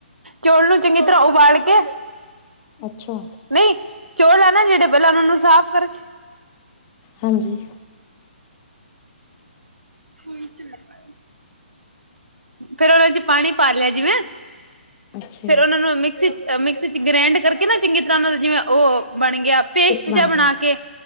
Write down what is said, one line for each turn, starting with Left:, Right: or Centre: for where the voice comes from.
Right: ਚੌਲ ਨੂੰ ਚੰਗੀ ਤਰ੍ਹਾਂ ਉਬਾਲ ਕੇ
Left: ਅੱਛਾ।
Right: ਨਈ ਚੋਲ ਆ ਨਾ ਜਿਹੜੇ ਪਹਿਲਾਂ ਉਹਨਾਂ ਨੂੰ ਸਾਫ਼ ਕਰਕੇ
Left: ਹਾਂਜੀ।
Right: ਕੋਈ <unintelligible> ਫਿਰ ਉਹਨਾਂ ਚ ਪਾਣੀ ਪਾ ਲਿਆ ਜਿਵੇਂ,
Left: ਅੱਛਾ
Right: ਫਿਰ
Left: ਜੀ
Right: ਉਹਨਾਂ ਨੂੰ ਮਿਕ ਮਿਕਸੀ ਚ ਗ੍ਰੈਂਡ ਕਰਕੇ ਨਾ ਚੰਗੀ ਤਰ੍ਹਾਂ ਉਹਨਾਂ ਦਾ ਜਿਵੇਂ ਉਹ ਬਣ ਗਿਆ। ਪੇਸਟ
Left: ਬਣ
Right: ਜਾਂ ਬਣਾ
Left: ਗਿਆ
Right: ਕੇ